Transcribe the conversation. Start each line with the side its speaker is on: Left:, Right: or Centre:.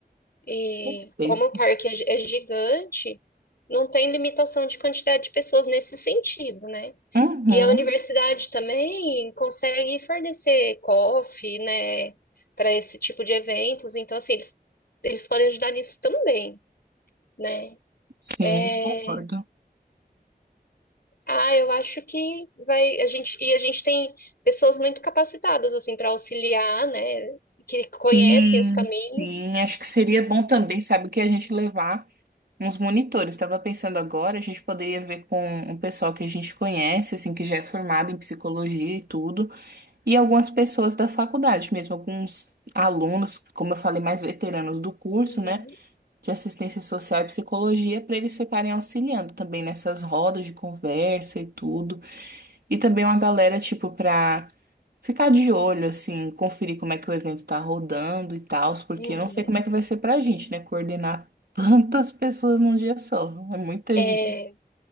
Left: E
Right: Perfeito.
Left: como o parque é gi- é gigante, não tem limitação de quantidade de pessoas nesse sentido, né?
Right: Uhum,
Left: E a universidade também consegue fornecer coffee, né, para esse tipo de eventos. Então, assim, eles, eles podem ajudar nisso também, né?
Right: sim,
Left: É,
Right: concordo.
Left: Ah, eu acho que vai a gente e a gente tem pessoas muito capacitadas assim para auxiliar, né? Que conhecem
Right: Sim,
Left: os caminhos.
Right: sim. Acho que seria bom também, sabe, que a gente levar uns monitores. Estava pensando agora, a gente poderia ver com um pessoal que a gente conhece, assim, que já é formado em psicologia e tudo, e algumas pessoas da faculdade mesmo, alguns alunos, como eu falei, mais veteranos do curso,
Left: Uhum,
Right: né, de assistência social e psicologia, para eles ficarem auxiliando também nessas rodas de conversa e tudo. E também uma galera, tipo, para ficar de olho, assim, conferir como é que o evento tá rodando e tal, porque
Left: uhum.
Right: eu não sei como é que vai ser pra gente, né? Coordenar <laughs> tantas pessoas num dia só. É muita
Left: É,
Right: gente.